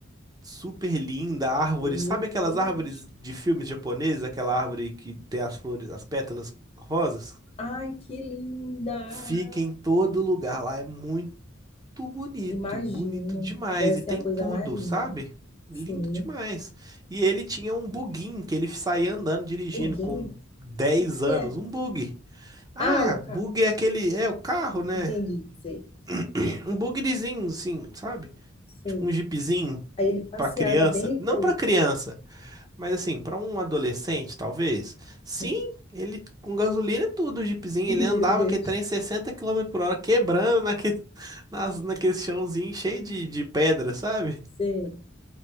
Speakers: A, on the right; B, on the left.
A: super linda, árvores.
B: Meu
A: Sabe aquelas
B: Deus.
A: árvores de filmes japoneses, aquela árvore que tem as flores, as pétalas rosas?
B: Ai, que linda.
A: Fica em todo lugar lá. É muito bonito,
B: Imagino.
A: bonito demais.
B: Deve
A: E
B: ser
A: tem
B: a coisa
A: tudo,
B: mais linda.
A: sabe? Lindo
B: Sim.
A: demais. E ele tinha um buguinho que ele saía andando, dirigindo
B: Huguinho?
A: com 10
B: O que
A: anos,
B: é?
A: um bug. Ah,
B: Ah, o
A: bug
B: carro.
A: é aquele. É o carro, né?
B: Entendi, sei,
A: <clears throat> Um bugzinho, assim, sabe?
B: sei.
A: Tipo um jeepzinho
B: Aí ele passeava
A: pra criança.
B: dentro.
A: Não pra criança, mas assim, pra um adolescente, talvez.
B: Sim.
A: Sim, ele com gasolina e tudo, o jeepzinho.
B: <laughs>
A: Ele
B: Meu
A: andava
B: Deus,
A: aquele trem 60 quilômetros por hora, quebrando naquele, <laughs> nas, naquele chãozinho cheio de, de pedra, sabe?
B: sei.